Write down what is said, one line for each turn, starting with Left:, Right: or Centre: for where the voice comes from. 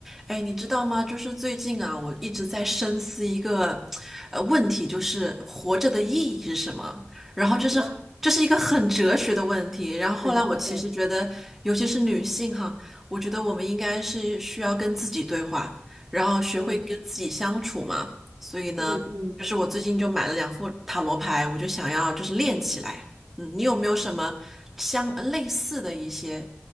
Centre: 哎，你知道吗？就是最近啊，我一直在深思一个呃问题，就是活着的意义是什么？然后就是这是一个很哲学的问题。
Right: 哇，
Centre: 然后后来我其实觉得，
Right: 对对，
Centre: 尤其是女性哈，我觉得我们应该是需要跟自己对话，然后学会跟自己相处嘛。
Right: 嗯
Centre: 所以呢，
Right: 嗯嗯，
Centre: 就是我最近就买了两副塔罗牌，我就想要就是练起来。嗯，你有没有什么相呃类似的一些